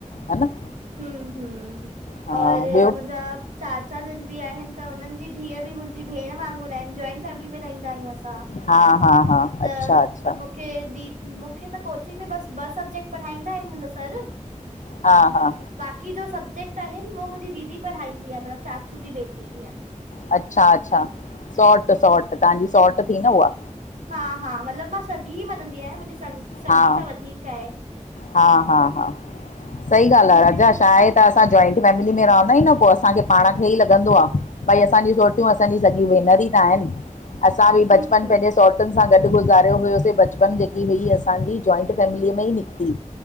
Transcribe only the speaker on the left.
हा न।
हा
ॿियो
हा हा हा
अच्छा अच्छा
हा, हा
अच्छा, अच्छा सॉट, सॉट तव्हांजी सॉट थी न उहा
हा
हा, हा, हा सही ॻाल्हि
आ
राजा,
छा आहे त असां जॉइंट फैमिली में रहंदा आहियूं न पो असांखे पाण खे ई लॻंदो आ भई असांजी सोटियूं असांजी सॼी भेनर त आहिनि। असां बि
बचपन पंहिंजे सौटुनि गॾु गुज़ारियो हुयोसीं बचपन जेकी हुई असांजी जॉइंट फैमिलीअ में ई निकिती